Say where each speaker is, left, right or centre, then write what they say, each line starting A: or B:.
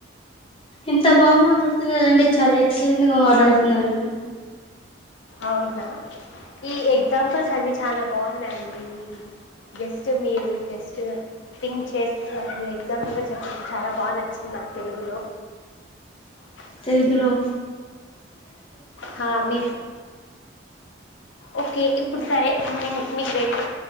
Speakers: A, on the left; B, on the left.
A: ఎంత బాగా మాట్లాడుతున్నారండి చాలా ఎక్సలెంట్ గా మాట్లాడుతున్నారు అండి
B: అవునా ఈ ఎగ్జాంపుల్స్ అన్ని చాలా బాగున్నాయండి మీరు జస్ట్ మీరు జస్ట్ థింక్ చేస్తూ అ ఎగ్జాంపుల్గా చెప్పం చాలా బాగా నచ్చింది నాకు తెలుగులో స
A: తెలుగు లో
B: హా మీ ఓకే ఇప్పుడు సరే మే మీకు రెండు